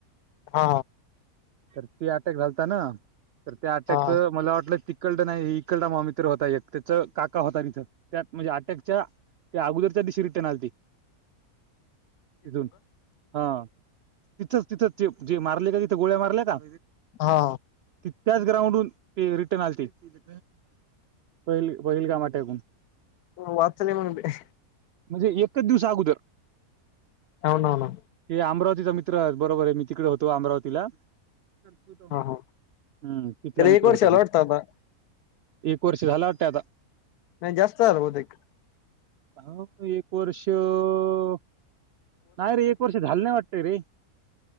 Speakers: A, on the left (about 85°); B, on the right (about 70°).
A: हा
B: तर त अटॅक झालत ना तर त्या अटॅकच
A: हा
B: मला वाटलं त इकड नाही इकलडा म मित्र होता एक त्याच काका होताथ त्यात म्हणजे अटॅक ते अगोदरच्या दिशरी टणालती तिथून हा तिथच तिथच ते जे मारले का तिथे गोळ्या मारल्या का
A: हा
B: त्याच ग्राउंडून ते रिटर्न आलेते पहिलगाम अटॅक
A: हो वाचले मग ते
B: म्हणजे एकच दिवस अगोदर
A: हो ना हो ना
B: हे अमरावती मित्र बरोबर आहे मी तिकडे होतो अमरावतीला हम्म
A: हा हा
B: तिथला
A: त्याला
B: मित्र
A: एक वर्षाला
B: होता ती
A: वाटतं
B: एक
A: आता
B: एक वर्ष झाला वाटतय आता
A: नाही जास्त झालं बहुतेक
B: हा एक वर्ष नाही र एक वर्ष झालने वाटतय रे